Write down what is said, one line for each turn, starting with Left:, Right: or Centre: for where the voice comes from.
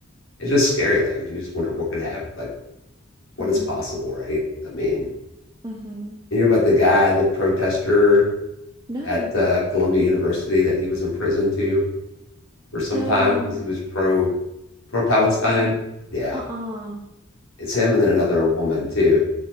Left: it's just scary though. 'cause you just wonder what could happen, like what
Right: mm-hmm.
Left: is possible, right? I mean,
Right: Mm-hmm.
Left: you hear about the guy, the protester
Right: No.
Left: at uh, Columbia University that he was in prison to for some
Right: No.
Left: time because he was pro pro Palestine.
Right: Palestine.
Left: Yeah,
Right: Uh-uh.
Left: it's him and then another woman too.